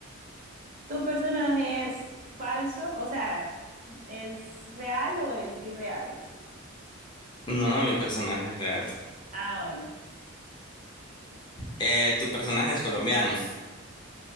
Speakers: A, on the right; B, on the left.
A: ¿Tu personaje es falso? O sea, ¿es real o es irreal?
B: No, mi personaje es real.
A: Ah, bueno.
B: Eh, tu personaje es colombiano. <laughs>